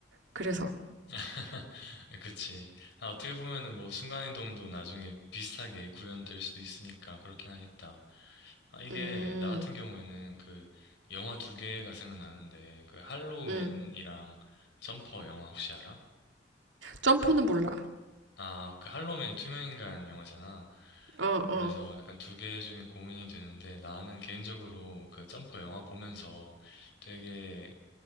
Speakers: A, on the right; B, on the left.
A: 그래서,
B: <laughs> 그치. 아, 어떻게 보면은 뭐 순간이동도 나중에 비슷하게 구현될 수도 있으니까 그렇긴 하겠다. 아, 이게
A: 음,
B: 나 같은 경우에는 그 영화 두 개가 생각나는데 그 할로우맨이랑
A: 음.
B: 점퍼 영화 혹시 알아?
A: 점퍼는 몰라.
B: 아, 그 할로우맨이 투명인간 영화잖아.
A: 어,
B: 그래서
A: 어,
B: 약간 두 개 중에 고민이 되는데 나는 개인적으로 그 점퍼 영화 보면서 되게